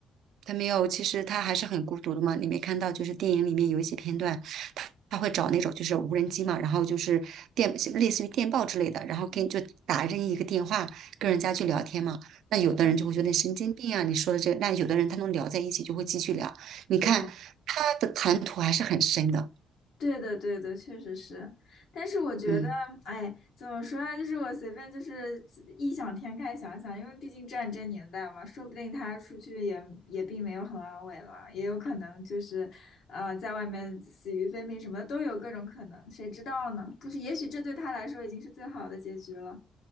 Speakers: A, on the right; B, on the left.
A: 他没有，其实他还是很孤独的嘛。你没看到，就是电影里面有一些片段，他他会找那种就是无人机嘛，然后就是电类似于电报之类的，然后跟就打任意一个电话跟人家去聊天嘛。
B: 嗯，
A: 那有的人就会觉得神经病啊，
B: 是的
A: 你说的这个。那有的人他能聊在一起，就会继续聊。你看他的谈吐还是很深的，
B: 对。对的，对的，确实是，但是我觉得，
A: 嗯。
B: 哎，怎么说呢？就是我随便就是异想天开想想，因为毕竟战争年代嘛，说不定他出去也也并没有很安稳了，也有可能就是，呃，在外面死于非命什么的都有各种可能，谁知道呢？就是也许这对他来说已经是最好的结局了。